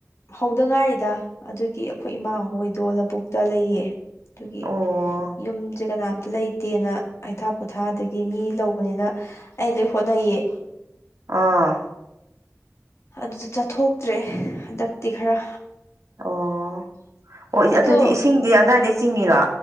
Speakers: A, on the left; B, on the right.
A: ꯍꯧꯗ ꯉꯥꯏꯔꯤꯗ ꯑꯗꯨꯒꯤ ꯑꯩꯈꯣꯏ ꯏꯃꯥ ꯍꯣꯏꯗꯣ ꯂꯧꯕꯨꯛꯇ ꯂꯩꯌꯦ ꯑꯗꯨꯒꯤ
B: ꯑꯣ
A: ꯌꯨꯝꯁꯦ ꯀꯅꯥꯝꯇ ꯂꯩꯇꯦꯅ ꯍꯩꯊꯥ ꯄꯣꯊꯥꯗꯒꯤ ꯃꯤ ꯂꯧꯕꯅꯤꯅ ꯑꯩ ꯂꯣꯢ ꯍꯣꯠꯅꯩꯌꯦ
B: ꯑꯥ
A: ꯑꯗꯨꯗ ꯆꯠꯊꯣꯛꯇ꯭ꯔꯦ ꯍꯟꯗꯛꯇꯤ ꯈꯔ
B: ꯑꯣ ꯑꯣ
A: ꯑꯗꯣ
B: ꯑꯗꯨꯗꯤ ꯏꯁꯤꯡꯗꯤ ꯑꯗꯋꯥꯏꯗꯩ ꯆꯤꯡꯉꯤꯔꯣ